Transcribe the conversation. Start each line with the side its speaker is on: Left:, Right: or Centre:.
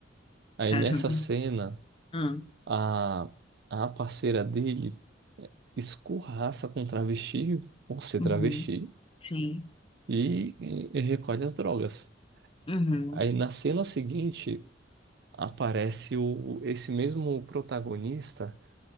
Right: Aí
Left: Caramba.
Right: nessa cena,
Left: Ah,
Right: a, a parceira dele é, escorraça com o travesti, por ser
Left: uhum.
Right: travesti,
Left: Sim.
Right: e, e recolhe as drogas.
Left: Uhum.
Right: Aí na cena seguinte, aparece o, o- esse mesmo protagonista